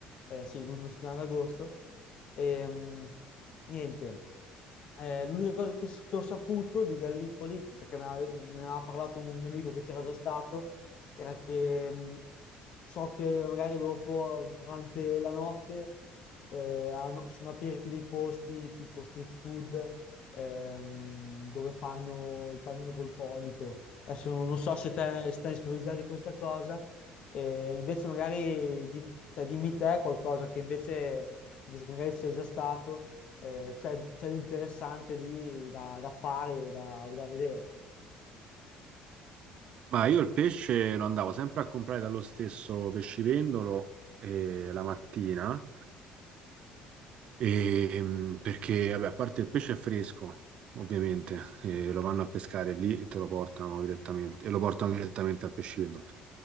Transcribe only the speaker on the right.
Ma io il pesce lo andavo sempre a comprare dallo stesso pescivendolo eh, la mattina Ehm, perché, vabbè, a parte il pesce è fresco, ovviamente, e lo vanno a pescare lì e te lo portano direttamente, e lo portano direttamente al pescivendolo.